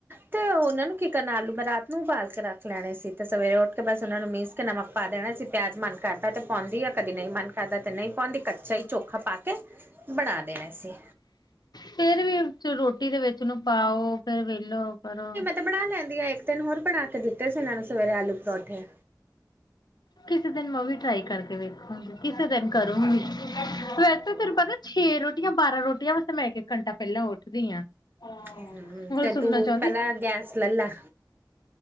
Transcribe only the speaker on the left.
ਫੇਰ ਵੀ ਰੋਟੀ ਦੇ ਵਿੱਚ ਨੂੰ ਪਾਓ ਫੇਰ ਵੇਲੋ ਕਰੋ
ਕਿਸੇ ਦਿਨ ਮੈਂ ਵੀ ਟਰਾਈ ਕਰਕੇ ਵੇਖੂੰਗੀ ਕਿਸੇ ਦਿਨ ਕਰੂੰਗੀ ਵੈਸੇ ਫਿਰ ਪਤਾ ਛੇ ਰੋਟੀਆਂ ਬਾਰਾਂ ਰੋਟੀਆਂ ਵਾਸਤੇ ਮੈਂ ਕਿਹਾ ਘੰਟਾ ਪੈਂਲਾਂ ਉੱਠਦੀ ਹਾਂ ਹੋਣ
ਸੁਣਨਾ
ਚਾਹੁੰਦੀ